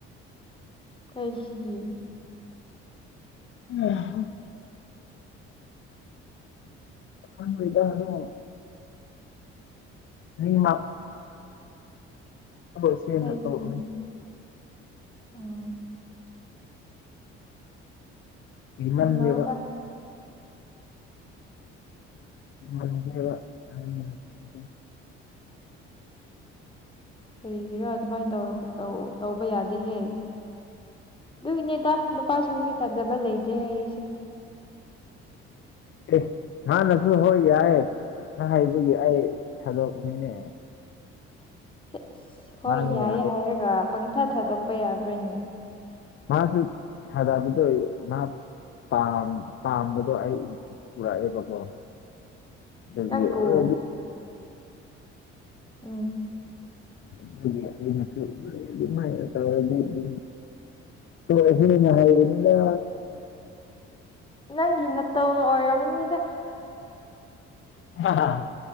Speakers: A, on the left (about 15°); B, on the left (about 45°).
A: ꯀꯩꯈꯤꯒꯤ
B: ꯍꯥ ꯈꯪꯂꯣꯏꯗꯥ ꯑꯗꯣ ꯅꯤꯃꯛ ꯊꯃꯣꯏ ꯁꯦꯡꯅ
A: ꯀꯩꯒꯤ
B: ꯇꯧꯔꯛꯎꯍꯦ
A: ꯎꯝ
B: ꯀꯤꯃꯟꯂꯦꯕꯥ
A: ꯇꯧꯅꯧꯗ
B: ꯀꯤꯃꯟꯈ꯭ꯔꯦꯕ <unintelligible>
A: ꯀꯔꯤꯒꯤꯔꯥ ꯑꯗꯨꯃꯥꯏ ꯇꯧ ꯇꯧ ꯇꯧꯕ ꯌꯥꯗꯦꯍꯦ ꯑꯗꯨꯒꯤꯅꯤꯗ ꯅꯨꯄꯥꯁꯤꯡꯁꯦ ꯊꯥꯖꯕ ꯂꯩꯗꯦ ꯍꯥꯏꯔꯤꯁꯦ
B: ꯑꯦ ꯃꯥꯥꯟꯅꯁꯨ ꯍꯣꯏ ꯌꯥꯏ ꯅ ꯍꯥꯏꯕꯒꯤ ꯑꯩ ꯊꯥꯗꯣꯛꯄꯅꯤꯅꯦ
A: ꯍꯦꯠ ꯑꯁ ꯍꯣꯏ
B: ꯃꯥꯅ
A: ꯌꯥꯏꯌꯦ
B: ꯌꯥꯗꯦ
A: ꯍꯥꯏꯔꯒ ꯄꯪꯊꯥ ꯊꯥꯗꯣꯛꯄ ꯌꯥꯕ꯭ꯔꯥꯅꯦ
B: ꯃꯥꯁꯨ ꯊꯥꯖꯕꯗꯣꯏ ꯃꯥ ꯄꯥꯝ ꯄꯥꯝꯕꯗꯣ ꯑꯩ ꯎ ꯎꯔꯛꯑꯦꯕꯀꯣ ꯑꯗꯨꯒꯤ
A: ꯅꯪꯕꯨ
B: <unintelligible>
A: ꯎꯝ
B: ꯑꯗꯨꯒꯤ ꯑꯩꯅꯁꯨ <unintelligible> ꯑꯗꯨꯃꯥꯏꯅ ꯇꯧꯔꯗꯤ ꯑꯗꯨꯝ ꯇꯣꯛꯔꯥꯁꯦꯅ ꯍꯥꯏꯕꯅꯤꯗ
A: ꯅꯪꯒꯤ ꯅꯠꯇꯧꯅ ꯑꯣꯏꯔꯝꯃꯅꯤꯗ
B: <unintelligible> ꯍꯥ